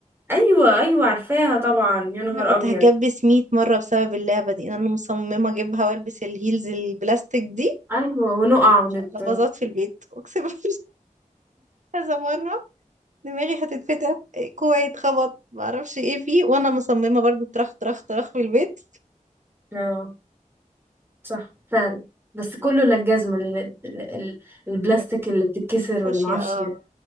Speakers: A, on the right; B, on the right.
A: ايوه ايوه عارفاها طبعا يا نهار
B: انا كنت
A: ابيض
B: هكبس 100 مره بسبب اللعبه دي إن انا مصممه اجيبها والبس الهيلز البلاستيك دي
A: ايوه ونقع ونت...
B: عشان ابقى باظت في البيت اقسم بالله <laughs> كذا مره دماغي هتتفتح إيه، كوعي اتخبط معرفش ايه فيه وانا مصممه برضو طرخ طرخ طرخ في البيت
A: اه صح فعلا بس كله لا الجزمة ال- ال- ال- البلاستيك
B: كانت
A: اللي بتتكسر
B: فاشيه
A: ولا معرفش
B: اه
A: ايه.